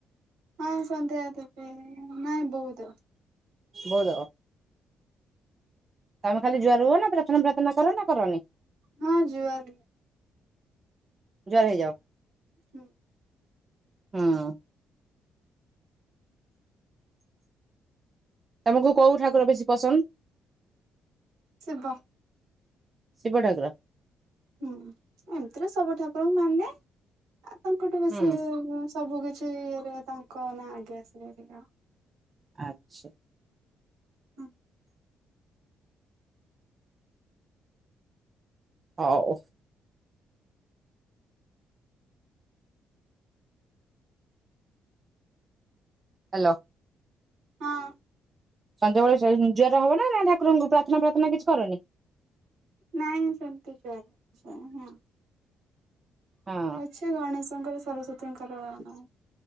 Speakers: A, on the right; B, on the right.
A: ହଁ ସନ୍ଧ୍ୟା ଦେବି ନାଇଁ ବୋଉ ଦେବ୍
B: ବୋଉ ଦବ। ତମେ ଖାଲି ଜୁହାର ହୁଅ ନା ପ୍ରାର୍ଥନା ପ୍ରାର୍ଥନା କର ନା କରନି?
A: ହଁ ଜୁଆର
B: ଜୁହାର ହେଇଯାଅ।
A: ହୁଁ।
B: ହଁ। ତମକୁ କୋଉ ଠାକୁର ବେଶୀ ପସନ୍ଦ?
A: ଶିବ।
B: ଶିବ ଠାକୁର।
A: ହୁଁ ଏମିତିରେ ସବୁ ଠାକୁର ମାନେ ଆ ତାଙ୍କଠୁ ବେଶି
B: ହୁଁ
A: ସବୁ କିଚ୍ ଛି ଇଏରେ ତାଙ୍କ ନା ଆଗେ <unintelligible>
B: ଆଚ୍ଛା।
A: ହୁଁ।
B: ହଉ। ହ୍ୟାଲୋ।
A: ହଁ।
B: ସଞ୍ଜବେଳେ <unintelligible> ନା ନା ଠାକୁରଙ୍କୁ ପ୍ରାର୍ଥନା ପ୍ରାର୍ଥନା କିଛି କରନି?
A: ନାଇଁ ସେମତି ଜଁ।
B: ହଁ
A: ଅଛେ ଗଣ। ତାଙ୍କର ସରସ୍ଵତୀଙ୍କର ନା